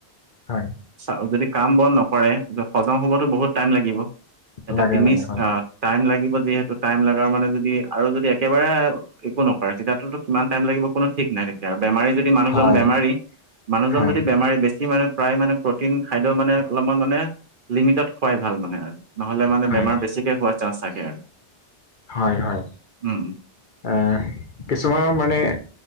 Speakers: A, on the left (about 50°); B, on the right (about 55°).
A: হয়।
B: চাও যদি কাম - বন নকৰে ত হজম হ'বতো বহুত টাইম লাগিব এতিয়া
A: লাগে
B: তিনি
A: লাগে হয়
B: আ টাইম লাগিব যিহেতু টাইম লগাৰ মানে যদি আৰু যদি একেবাৰে একো নকৰে তেতিয়াটোতো কিমান টাইম লাগিব কোনো ঠিক নাই। <unintelligible> বেমাৰী যদি মানুহজন
A: হয়
B: বেমাৰী, মানুহজন
A: হয়
B: যদি বেমাৰী বেছি মানে প্ৰায় মানে প্ৰটিন খাদ্য মানে অলপমান মানে লিমিটত খুৱাই ভাল মানে নহলে মানে
A: হয়
B: বেমাৰ বেছিকে হোৱা চাঞ্চ থাকে।
A: হয় হয়,
B: উম
A: আ কিছুমানৰ মানে